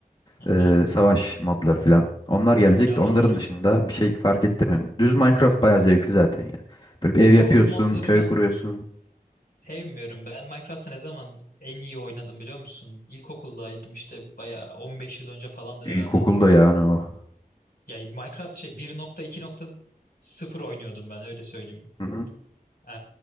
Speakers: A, on the left; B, on the left.
A: Aha.
B: ee, savaş modları falan. Onlar gelecek
A: Ya
B: de
A: onları
B: onların dışında bir şey fark ettirmiyor. Düz Minecraft bayağı zevkli zaten ya. Böyle bir ev
A: ya
B: yapıyorsun,
A: on modları
B: köy
A: ben
B: kuruyorsun.
A: sevmiyorum. Ben Minecraft'ı ne zaman en iyi oynadım biliyor musun? İlkokuldaydım işte bayağı 15 yıl önce falandır
B: İlkokulda
A: herhalde
B: yani o.
A: Ya Minecraft şey 1.2.0 oynuyordum ben öyle söyleyeyim.
B: Hı hı.
A: Ee,